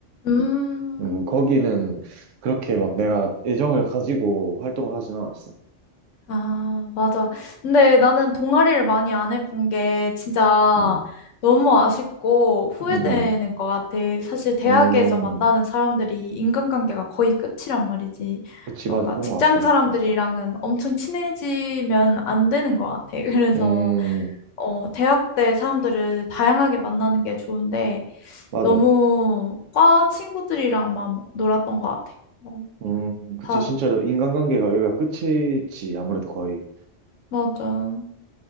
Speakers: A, on the left; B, on the right.
A: 음,
B: 음, 거기는 그렇게 막 내가 애정을 가지고 활동을 하진 않았어.
A: 아, 맞아. 근데 나는 동아리를 많이 안 해본 게 진짜
B: 음,
A: 너무 아쉽고 후회되는
B: 음,
A: 것 같아. 사실 대학에서
B: 음.
A: 만나는
B: 음,
A: 사람들이 인간관계가 거의 끝이란 말이지.
B: 그치,
A: 뭔가
B: 맞아. 그런
A: 직장
B: 것 같아.
A: 사람들이랑은 엄청 친해지면 안 되는 것 같아. <laughs> 그래서,
B: 음,
A: 어, 대학 때 사람들을 다양하게 만나는 게 좋은데,
B: 맞아.
A: 너무 과 친구들이랑만 놀았던 것 같아. 뭐,
B: 음, 그치,
A: 다,
B: 진짜로 인간관계가 여기가 끝이지, 아무래도 거의.
A: 맞아.